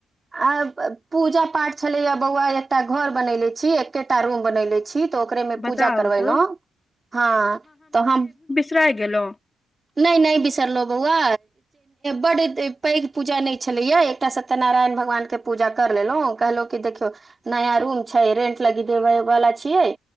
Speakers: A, on the right; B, on the left.
A: आ पूजा पाठ छलेया बौआ एकटा घर बनले छी एकेटा रूम बनेले छी तऽ ओकरे मे
B: बताउ
A: पूजा करबेलहु
B: तऽ
A: हँ तऽ हम
B: कसरा गेलो <unintelligible>
A: नहि नहि बिसरलहु बौआ बड पैघ पूजा नहि छलैया एकटा स तनारायण भगवान के पूजा कर लेलहु कहलहुं की देखियौ नया रूम छै रेंट लगी देबे वला छियै